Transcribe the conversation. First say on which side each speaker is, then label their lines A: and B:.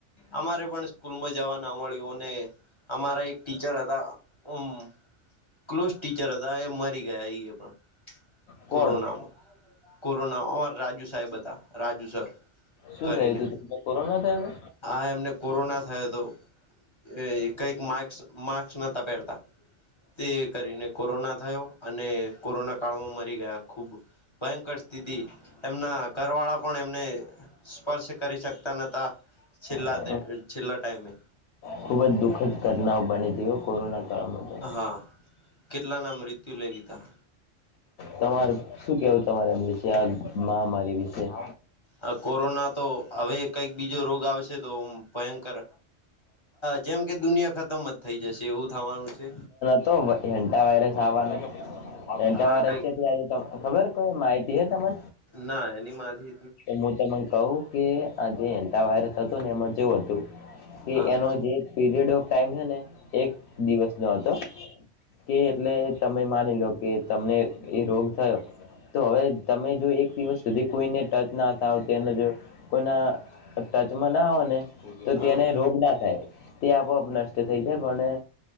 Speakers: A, on the left (about 30°); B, on the left (about 65°).
A: અમારે પણ સ્કૂલમાં જવા ન મળ્યું અને અમારા એક ટીચર હતા ઉમ ક્લોસ ટીચર હતા એ મરી ગયા એ એ પણ
B: કોણ
A: કોરોનામાં. કોરોના અમા રાજુ સાહેબ હતા રાજુ સર
B: શું
A: કરીને.
B: થયું તું તેમને કોરોના થયો
A: હા એમને કોરોના થયો હતો એ કંઈક માસ્ક માસ્ક નહોતા પહેરતા. તે કરીને કોરોના થયો અને કોરોના કાળમાં મરી ગયા ખૂબ. ભયંકર સ્થિતિ એમના ઘર વાળા પણ એમને સ્પર્શ કરી શકતા નતા છેલ્લા
B: હતો
A: છેલ્લા ટાઈમે.
B: ખુબ જ દુઃખદ ઘટનાઓ બનીતી કોરોના. કાળમાં તો
A: હા કેટલા ના મૃત્યુ લઈ લીધા.
B: તમાર શું કેવું તમારા વિશે આ મહામારી વિશે?
A: આ કોરોના તો હવે કઈક બીજો રોગ આવશે તો ભયંકર જેમ કે દુનિયા ખતમ જ થઈ જશે એવું થવાનું છે.
B: તો એંટા વાયરસ આવવાનો. ત્રણ
A: હા
B: ચાર વર્ષ
A: કઈક
B: થયા આજે કોઇ ખબર કોઈ માહિતી છે તને
A: ના એની માહિ
B: હું તમને કહ કે આજે એન્ટા વાયરસ હતો ને એમાં જેવું હતું કે
A: હા
B: એનો જે પીરિયડ ઓફ ટાઈમ હ ને એક દિવસ નો હતો કે એટલે તમે માની લો કે તમને એ રોગ થયો. તો હવે તમે જો એક દિવસ સુધી કોઈને ટચ ના થાવ તેનો જો કોઈના ટચમાં ના આઓ ને તો
A: હમ
B: તેને રોગ ના થાય તે આપોઆપ નષ્ટ થઈ જાય. કે પણ